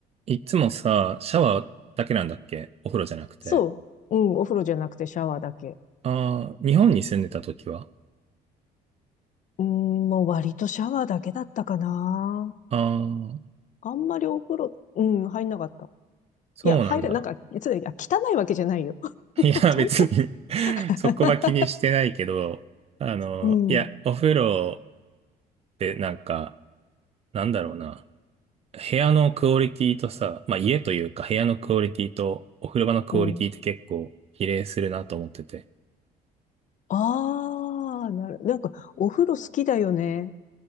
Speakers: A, on the right (about 35°); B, on the left (about 50°).
A: いつもさ、シャワーだけなんだっけお風呂じゃなくて。
B: そう。うん、お風呂じゃなくてシャワーだけ。
A: ああ、日本に住んでた時は
B: うん、もう割とシャワーだけだったかな。
A: ああ、
B: あんまりお風呂、うん、入んなかった。
A: そうなんだ。
B: いや、入れ、なんか、つい、あ汚いわけじゃないよ。
A: <laughs>
B: <laughs>
A: いや、
B: ちゃんと。
A: 別に <laughs>
B: <laughs>
A: そこは気にしてないけど、あの、
B: うん、
A: いや、お風呂ってなんか、なんだろうな。部屋のクオリティとさ、まあ家というか部屋のクオリティとお風呂場のクオリティって結構比例するなと思ってて。
B: うん。ああ、なる、なんか、お風呂好きだよね。